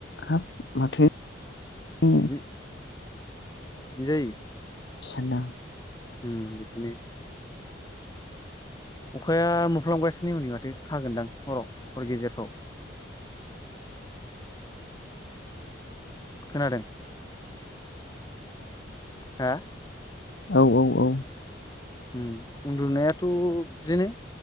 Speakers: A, on the left; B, on the left.
A: हाब माथो <unintelligible>
B: जि इदिनो जायो।
A: सानदां
B: उम बिदिनो। अखाया मोफ्लामगासिनो हनै माथो हागोनदां हराव हर गेजेरफ्राव
A: <inaudible>
B: खोनादों हा
A: औ औ औ
B: उम उन्दुनायाथ' बिदिनो